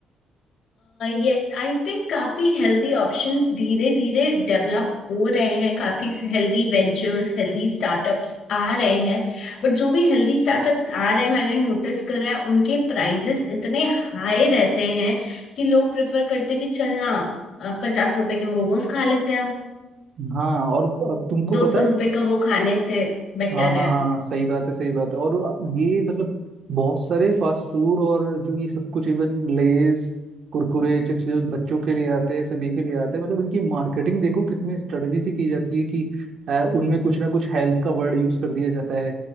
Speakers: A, on the left; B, on the right.
A: यस आई थिंक काफी हेल्दी ऑप्शंस धीरे धीरे डेवलप हो रहे हैं काफी हेल्दी वेंचर्स हेल्दी स्टार्टअप्स आ रहे हैं बट जो भी हेल्दी स्टार्टअप्स आ रहे हैं मैंने नोटिस करा है उनके प्राइजेस इतने हाई रहते हैं कि लोग प्रेफर करते हैं कि चलना पचास रुपए के मोमोज खा लेते हैं हम
B: हाँ और तुमको
A: दो
B: पता
A: सौ
B: है
A: रुपए का वो खाने से बेटर
B: हाँ हाँ
A: है
B: हाँ सही बात है सही बात है और ये मतलब बहुत सारे फास्ट फूड और जो ये सब कुछ इवन लेज कुरकुरे चिप्स जो बच्चों के लिए आते हैं सभी के लिए आते हैं मतलब इनकी मार्केटिंग देखो कितने स्ट्रेटजी से की जाती है कि अ, उनमें कुछ ना कुछ हेल्थ का वर्ड यूज कर दिया जाता है